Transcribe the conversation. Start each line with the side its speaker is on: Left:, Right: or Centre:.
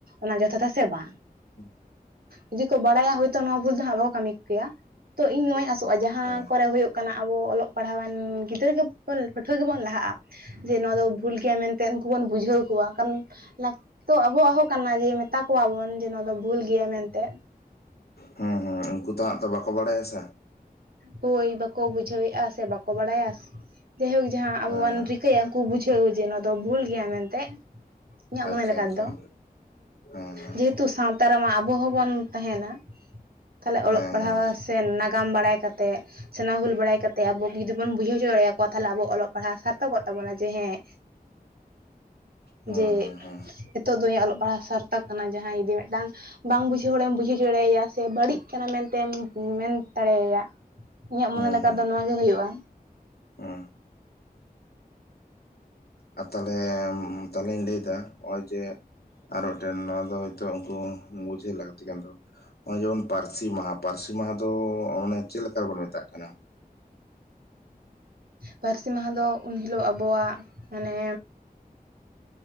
Right: ᱚᱱᱟ ᱡᱚᱛᱷᱟᱛᱟ ᱥᱮ ᱵᱟᱝ?
Left: ᱦᱩᱸ᱾
Right: ᱡᱩᱫᱤ ᱠᱚ ᱵᱟᱲᱟᱭᱟ ᱦᱳᱭᱛᱳ ᱱᱚᱣᱟ ᱵᱷᱩᱞ ᱫᱚ ᱦᱟᱸᱜ ᱵᱟᱠᱚ ᱠᱟᱹᱢᱤ ᱠᱮᱭᱟ, ᱛᱚ ᱤᱧ ᱱᱚᱣᱟᱧ ᱟᱥᱚᱜᱼᱟ ᱡᱟᱦᱟᱸ
Left: ᱦᱮᱸ
Right: ᱠᱚᱨᱮ ᱦᱩᱭᱩᱜ ᱠᱟᱱᱟ ᱟᱵᱚ ᱚᱞᱚᱜ ᱯᱟᱲᱦᱟᱣᱟᱱ ᱜᱤᱫᱽᱨᱟᱹ ᱜᱮᱵᱚᱱ ᱯᱟᱹᱴᱷᱩᱣᱟᱹ ᱜᱮᱵᱚᱱ ᱞᱟᱦᱟᱜᱼᱟ᱾ ᱡᱮ ᱱᱚᱣᱟ ᱫᱚ ᱵᱷᱩᱞ ᱜᱮᱭᱟ ᱢᱮᱱᱛᱮ ᱩᱱᱠᱩ ᱵᱚᱱ ᱵᱩᱡᱷᱟᱹᱣ ᱠᱚᱣᱟ ᱠᱟᱨᱚᱱ ᱞᱟᱠᱛᱤ ᱫᱚ ᱟᱵᱚᱣᱟᱜ ᱦᱚᱸ ᱠᱟᱱᱟ ᱡᱮ ᱢᱮᱛᱟ ᱠᱚᱣᱟᱵᱚᱱ ᱡᱮ ᱱᱚᱣᱟ ᱫᱚ ᱵᱷᱩᱞ ᱜᱮᱭᱟ ᱢᱮᱱᱛᱮᱱ᱾
Left: ᱦᱩᱸ ᱦᱩᱸ ᱩᱱᱠᱩ ᱛᱚ ᱦᱟᱸᱜ ᱛᱚ ᱵᱟᱠᱚ ᱵᱟᱲᱟᱭᱟ ᱥᱮ᱾
Right: ᱦᱳᱭ ᱵᱟᱠᱚ ᱵᱩᱡᱷᱟᱹᱣᱮᱜᱼᱟ ᱥᱮ ᱵᱟᱠᱚ ᱵᱟᱲᱟᱭᱟ ᱡᱟᱭᱦᱳᱠ ᱡᱟᱦᱟᱸ ᱟᱵᱚᱣᱟᱱ
Left: ᱦᱮᱸ ᱦᱮᱸ
Right: ᱨᱤᱠ ᱛᱮ ᱩᱱᱠᱩ ᱵᱩᱡᱷᱟᱹᱣ ᱡᱮ ᱱᱚᱣᱟ ᱫᱚ ᱵᱷᱩᱞ ᱜᱮᱭᱟ ᱢᱮᱱᱛᱮᱜ᱾ ᱤᱧᱟᱜ ᱢᱚᱱᱮ
Left: ᱟᱪᱪᱷᱟ
Right: ᱞᱮᱠᱟ
Left: ᱟᱪᱪᱷᱟ
Right: ᱛᱮᱫᱚ
Left: ᱦᱮᱸ ᱦᱮᱸ
Right: ᱡᱮᱦᱮᱛᱩ ᱥᱟᱱ ᱛᱟ ᱨᱮᱢᱟ ᱟᱵᱚ ᱦᱚᱸᱵᱚᱱ ᱛᱟᱦᱮᱱᱟ, ᱛᱟᱦᱚᱞᱮ ᱚᱞᱚᱜ
Left: ᱦᱮᱸ
Right: ᱯᱟᱲᱦᱟᱣ
Left: ᱦᱮᱸ
Right: ᱥᱮ ᱱᱟᱜᱟᱢ ᱵᱟᱲᱟᱭ ᱠᱟᱛᱮᱱ ᱥᱮ ᱱᱟᱭᱟ ᱦᱩᱞ ᱵᱟᱲᱟᱭ ᱠᱟᱛᱮ ᱟᱵᱚ ᱡᱩᱫᱤ ᱵᱚᱱ ᱵᱩᱡᱷᱟᱹᱣ ᱦᱚᱪᱚ ᱫᱟᱲᱮᱭᱟᱠᱚᱣᱟ ᱛᱟᱞᱦᱮ ᱟᱵᱚ ᱚᱞᱚᱜ ᱯᱟᱲᱦᱟᱜ ᱥᱟᱨ ᱛᱚᱜᱚᱜ ᱛᱟᱵᱚᱱᱟ ᱡᱮ ᱦᱮᱸ
Left: ᱦᱮᱸ
Right: ᱡᱮ
Left: ᱦᱮᱸ ᱦᱮᱸ
Right: ᱱᱤᱛᱚᱜ ᱫᱚ ᱤᱧᱟᱜ ᱚᱞᱚᱜ ᱯᱟᱲᱦᱟᱜ ᱥᱟᱨᱛᱚᱠ ᱠᱟᱱᱟ ᱡᱟᱦᱟᱸᱭ ᱡᱩᱫᱤ ᱢᱤᱫᱴᱟᱝ ᱵᱟᱝ ᱵᱩᱡᱷᱟᱹᱣ ᱦᱚᱲᱮᱢ ᱵᱩᱡᱷᱟᱹᱣ ᱦᱚᱪᱚ ᱫᱟᱲᱮᱣᱟᱭᱟ ᱥᱮ ᱵᱟᱹᱲᱤᱡ ᱠᱟᱱᱟ ᱢᱮᱱᱛᱮᱢ ᱢᱮᱱ ᱫᱟᱲᱮᱭᱟᱭᱟ᱾ ᱤᱧᱟᱹᱜ ᱢᱚᱱᱮ
Left: ᱦᱩᱸ
Right: ᱞᱮᱠᱟ
Left: ᱦᱩᱸ
Right: ᱛᱮᱫᱚ ᱫᱚ ᱱᱚᱣᱟ ᱜᱮ ᱦᱩᱭᱩᱜᱼᱟ᱾
Left: ᱦᱩᱸ ᱟᱨ ᱛᱟᱞᱦᱮ ᱛᱟᱞᱦᱮᱧ ᱞᱟᱹᱭᱫᱟ ᱱᱚᱜ-ᱚᱭ ᱡᱮ ᱟᱨ ᱢᱤᱫᱴᱮᱱ ᱱᱚᱣᱟ ᱫᱚ ᱦᱚᱭᱛᱳ ᱩᱱᱠᱩ ᱵᱩᱡᱷᱟᱹᱣ ᱞᱟᱹᱠᱛᱤ ᱠᱟᱱ ᱛᱟᱠᱚᱣᱟ ᱾ ᱦᱚᱜᱼᱚᱭ ᱡᱮᱢᱚᱱ ᱯᱟᱨᱥᱤ ᱢᱟᱦᱟ ᱯᱟᱨᱥᱤ ᱢᱟᱦᱟ ᱫᱚ ᱢᱟᱱᱮ ᱪᱮᱫ ᱞᱮᱠᱟ ᱨᱮᱵᱚᱱ ᱢᱮᱛᱟᱜ ᱠᱟᱱᱟ?
Right: ᱯᱟᱨᱥᱤ ᱢᱟᱦᱟ ᱫᱚ ᱩᱱ ᱦᱤᱞᱳᱜ ᱟᱵᱚᱣᱟᱜ ᱢᱟᱱᱮ